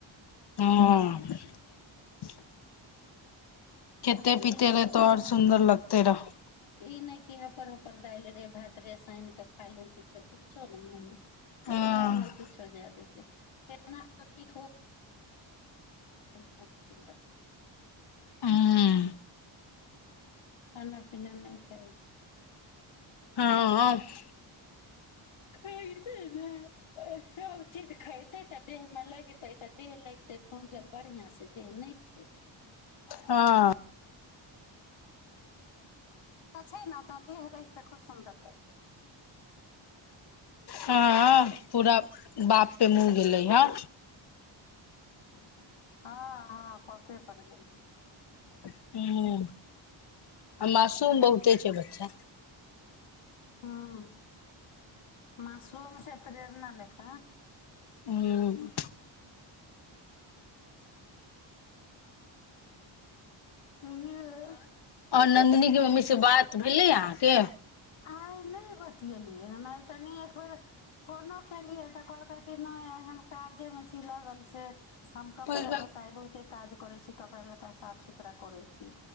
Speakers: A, on the left; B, on the left.
A: हँ <unintelligible> खेते
B: आ
A: पिते
B: ई
A: ल तोर सुन्दर लगतय रहय
B: ई नहि क हबर हबर दालि रे भात रे सानि कऽ खालु किछो किछो ने मन मुहमे
A: हँ
B: ओने किछु जाय दैत छैक केना <unintelligible> ब <unintelligible> मुशकिल <unintelligible>
A: हँ
B: खाना पीना नहि खाइत छी
A: हँ <inaudible>
B: ख <unintelligible> सब चीज खायते ते तऽ देहमे लगतय तऽ देह लगतय फौजल बढ़िआं सँ देह नहि छैक।
A: हँ <inaudible>
B: तऽ छैक ने त देह रहतय तो खूब सुन्दर लगतय
A: हँ पूरा बाप पे मुँह गेलय हँ
B: हँ हँ पापे पड़ गेलय
A: हू आ मासूम बहुते छैक बच्चा
B: हूं मासूम से प्रेरणा लयक'
A: हुं
B: कहियौ
A: नन्दिनकें मम्मी से बात भेलय अहाँके
B: आइ नहि बतियलियै हेन आ कनि एक बेेर फोनो केलियै तऽ कहलक नहि आ हम काजे मे छी लगल से हम कपड़ा
A: हूँ
B: लता आइ बहुते काज कर छै कपड़ा लता साफ सु तरा करय छी